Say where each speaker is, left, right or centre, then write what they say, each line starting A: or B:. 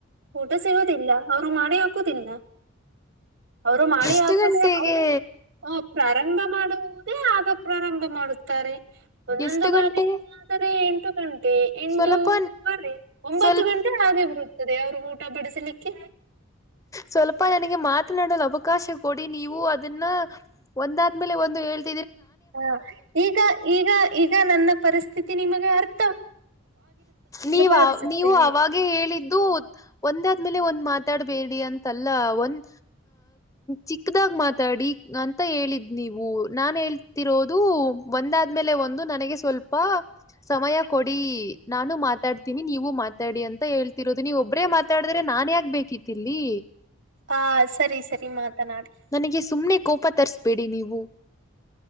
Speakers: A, on the right; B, on the left.
A: ಊಟ ಸಿಗುದಿಲ್ಲ ರು ಮಾಡೇ ಹಾಕುದಿಲ್ಲ ಅವರು ಮಾಡಿ
B: ಎಷ್ಟು
A: ಹಾಕುದ
B: ಗಂಟೆಗೆ
A: ಅವರು ಪ್ರಾರಂಭ ಮಾಡುವುದೇ. ಈಗ ಪ್ರಾರಂಭ ಮಾಡುತ್ತಾರೆ. ಒಂದೊಂದು
B: ಎಷ್ಟು
A: ಬಾರಿ
B: ಗಂಟೆ
A: ಆದರೆ ಎಂಟು. ಹ್ಮ್ಮ್. ಮ
B: ಸ್ವಲ್ಪ
A: ಎಟ ಬೀ ಒಂಬತ್ತು
B: ಸ್ವಲ್ಪ
A: ಗಂಟೆ ಹಾಗೆ ಬರುತ್ತದೆ ಅವರು ಊಟ. ಊಟ ಬಡಿಸಲಿಕ್ಕೆ.
B: ಸ್ವಲ್ಪ ನನಗೆ ಮಾತನಾಡಲು ಅವಕಾಶ ಕೊಡಿ ನೀವು ಅದನ್ನ ಒಂದಾದ್ಮೇಲೆ ಒಂದು ಹಳ್.
A: ಹ ಈಗ ಈಗ ಈಗ ನನ್ನ ಪರಿಸ್. <unintelligible>
B: ನೀವ
A: ಭಾವಿಸುತ್ತೇನೆ.
B: ನೀವು ಅವಾಗೇ ಹೇಳಿದ್ದು ಒಂದಾದ್ಮೇಲೆ ಒಂದ್ ಮಾತಾಡ್- ಬೇಡಿ ಅಂತಲ್ಲ ಒಂದ್. ಚಿಕ್ಕದಾಗ ಮಾತಾಡಿ ಅಂತ ಹೇಳಿದ್ ನೀವು ನಾನ್ ಹೇಳ್ತಿರೋದು ಒಂದಾದ್ಮೇಲೆ ಒಂದು ನನಗೆ ಸ್ವಲ್ಪ ಸಮಯ. ಕೊಡಿ ನಾನು ಮಾತಾಡ್ತೀನಿ ನೀವು ಮಾ ಅಡಿ ಅಂತ ಹೇಳ್. ರೋದು ನೀವು ಒಬ್ಬ್ರೇ ಮಾತಾಡಿದ್ರೆ ನಾನ್ ಯಾಕ ಬೇಕಿತ್ತಲ್ಲಿ.
A: ಹಾ ಸರಿ ಸರಿ ಮಾತನಾಡಿ.
B: ನನಗೆ ಸುಮ್ನೆ ಕೋಪ ತರ್ಸ್ಬೇಡಿ ನೀವು.